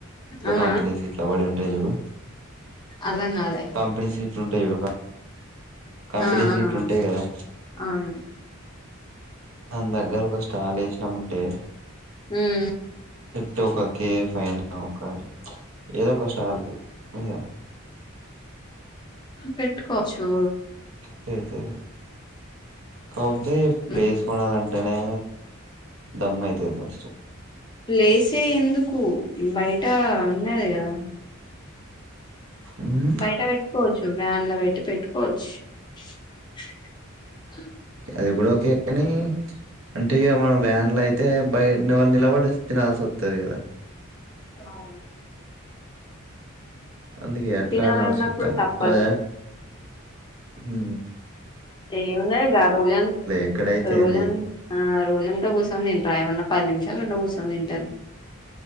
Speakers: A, on the right; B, on the left.
A: నా
B: ఆ ఆ
A: కంపెనీ సీట్లబడి ఉంటై జుడు
B: అర్ధం కాలే
A: కంపెనీ సీట్లుంటై జుడు కంపేనీ
B: ఆ
A: ట్ల
B: ఆ
A: ఉంటాయి కదా
B: అవును
A: దాన్దగ్గర ఒక స్టల్ ఏష్నమంటే
B: ఉమ్
A: పెట్టి ఒక కే ఎఫ్ ఫైన ఒక ఏదొక స్టాల్కు ఉ
B: పెట్టుకోచ్చూ
A: కెయితది కాపొతే ప్లేసు
B: ఉమ్.
A: కొనాలంటనే దమ్ అయితది ఫస్ట్
B: ప్లేసే ఎందుకూ బయటా ఉన్నది కదా
A: ఉమ్
B: బయట పెట్కోవచ్చు వ్యాన్ల పెట్టి పెట్టుకోవచ్చు ష్ <inaudible>
A: అది గూడా ఓకే కనీ అంటే ఇక మనం వ్యాన్లయితే బయట వాళ్ళు నిలబడి తినాల్సొత్తది గద
B: అవును
A: అందుకే ఎట్లాని
B: తినాలన్నప్పుడు
A: ఆలోషిత్తాన్న
B: తప్పదు
A: వే ఊ
B: ఏమున్నదిగా రోజంత్
A: ఎక్కడైతే
B: రోజం
A: ఏంది
B: ఆ రోజంత కూసు సోన్ తింట్రా ఏమన్నా పది నిమిషాలట్ల కూర్సోన్ దింటరు